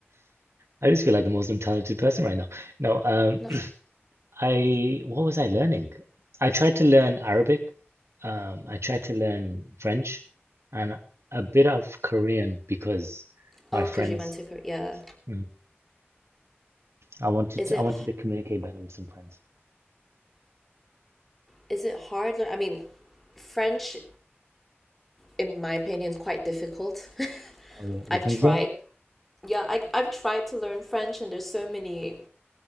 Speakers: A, on the right; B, in the centre.
A: I just feel like the most untalented person right now. No, Um.
B: No.
A: I what was I learning? I tried to learn Arabic, um, I tried to learn French, and a bit of Korean because my
B: Oh,
A: friends.
B: because you went to Korea. Yeah.
A: Mm, I wanted
B: Is
A: to,
B: it
A: I wanted to communicate better with some friends.
B: is it hard? lear- I mean, French, in my opinion, is quite difficult. <laughs>
A: Oh, yeah, you
B: I've
A: think
B: tried.
A: so?
B: Yeah, I I've tried to learn French, and there's so many.